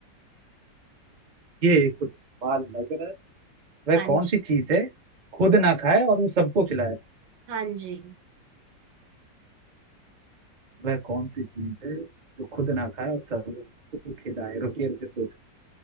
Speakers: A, on the right; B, on the right.
A: ये कुछ सवाल लग रहा है वह
B: हाँ
A: कौन
B: जी
A: सी चीज है खुद ना खाए और वो सबको खिलाए
B: हाँ जी
A: वह कौन सी चीज है जो खुद ना खाए और सबको खिलाए रुकिए रुकिए सोचो